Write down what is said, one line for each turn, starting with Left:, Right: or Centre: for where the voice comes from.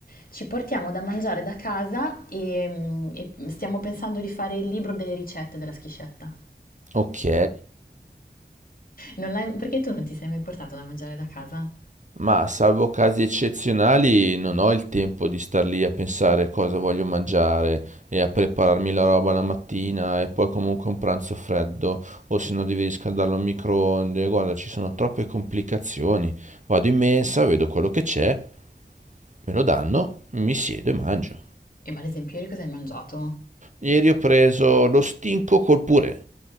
Left: Ci portiamo da mangiare da casa e, e stiamo pensando di fare il libro delle ricette della schiscetta.
Right: Ok.
Left: Non l'hai- perché tu non ti sei mai portato da mangiare da casa?
Right: Ma salvo casi eccezionali non ho il tempo di star lì a pensare cosa voglio mangiare e a prepararmi la roba la mattina e poi comunque un pranzo freddo o se no devi riscaldarlo al microonde. Guarda, ci sono troppe complicazioni. Vado in mensa, vedo quello che c'è, me lo danno, mi siedo e mangio.
Left: E ma ad esempio ieri cosa hai mangiato?
Right: Ieri ho preso lo stinco col purè.